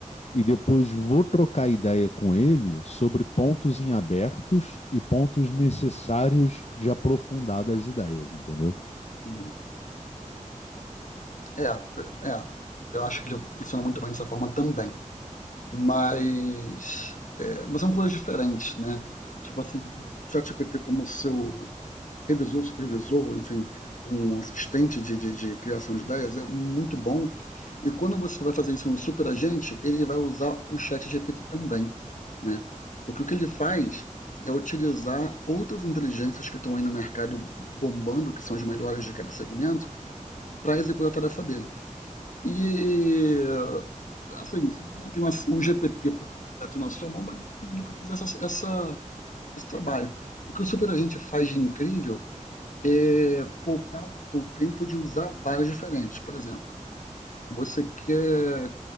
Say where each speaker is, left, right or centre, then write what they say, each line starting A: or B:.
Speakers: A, on the left; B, on the left.
A: e depois vou trocar ideia com ele sobre pontos em abertos e pontos necessários de aprofundar das ideias, entendeu?
B: Uhum. É, é. é. Eu acho que ele funciona muito bem dessa forma também. Mas, é, mas são coisas diferentes, né? Tipo assim, o ChatGPT como seu revisor, supervisor, enfim, um assistente de, de, de criação de ideias é muito bom. E quando você vai fazer isso no superagente, ele vai usar o chat GPT também, né? Porque o que ele faz é utilizar outras inteligências que estão aí no mercado bombando, que são as melhores de cada segmento, para executar a tarefa dele. E, assim, se você tem o GPT por completo na sua mão, vai nele para fazer essa, essa, esse trabalho. O que o superagente faz de incrível eh, poupar o o tempo de usar várias diferentes. Por exemplo, você quer,